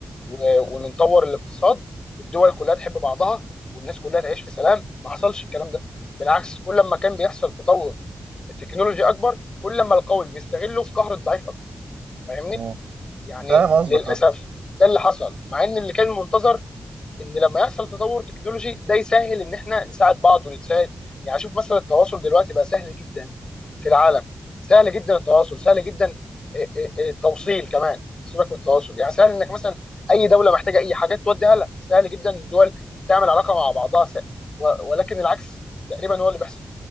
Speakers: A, on the left; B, on the right.
A: و- ونطور الاقتصاد والدول كلها تحب بعضها والناس كلها تعيش في سلام ما حصلش الكلام ده بالعكس كل ما كان بيحصل تطور التكنولوجي اكبر كل ما القوي بيستغله في قهر الضعيف اكتر فاهمني
B: مم.
A: يعني
B: فاهم قصدك
A: للاسف ده اللي حصل مع ان اللي كان منتظر ان لما يحصل تطور تكنولوجي ده يسهل ان احنا نساعد بعض ويتساعد يعني شوف مثلا التواصل دلوقتي بقى سهل جدا في العالم سهل جدا التواصل سهل جدا إيه إيه إيه التوصيل كمان سيبك من التواصل يعني سهل انك مثلا اي دوله محتاجه اي حاجات توديها لها سهل جدا الدول تعمل علاقه مع بعضها س... و... ولكن العكس تقريبا هو اللي بيحصل